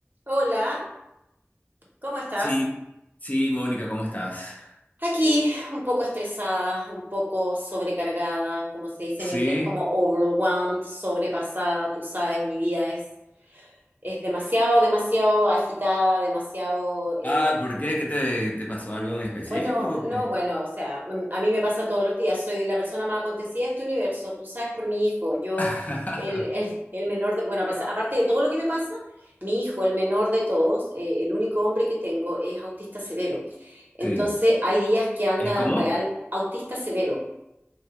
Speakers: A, on the right; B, on the left.
A: Hola, ¿cómo estás?
B: Sí, sí, Mónica, ¿cómo estás?
A: Aquí un poco estresada, un poco sobrecargada, como se dice
B: Sí.
A: en inglés, como overwhelmed, sobrepasada. Tú sabes, mi vida es, es demasiado, demasiado agitada, demasiado eh,
B: Ah, ¿por qué? ¿Qué te, te pasó algo en específico?
A: Bueno,
B: o
A: no,
B: qué?
A: bueno, o sea, m- a mí me pasa todos los días, soy la persona más acontecida de este universo, tú sabes por mi hijo, yo,
B: <laughs>
A: el, el, el menor de, bueno, pues, aparte de todo lo que me pasa, mi hijo, el menor de todos, eh, el único hombre que tengo es autista severo. Entonces,
B: Sí.
A: hay días que anda
B: ¿Es como?
A: real, autista severo,